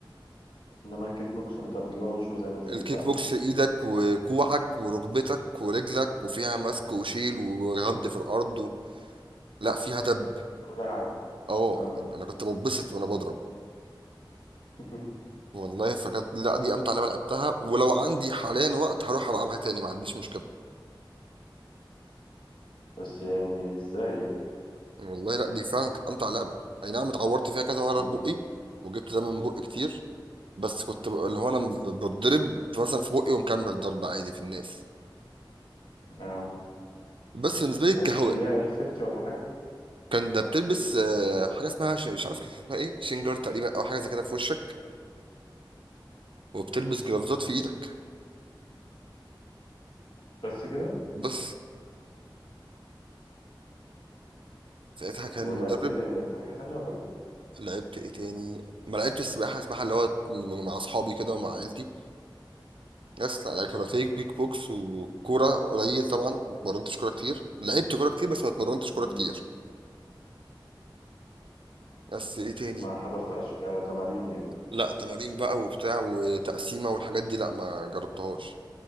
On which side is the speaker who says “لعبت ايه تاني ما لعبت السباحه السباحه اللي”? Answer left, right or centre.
Right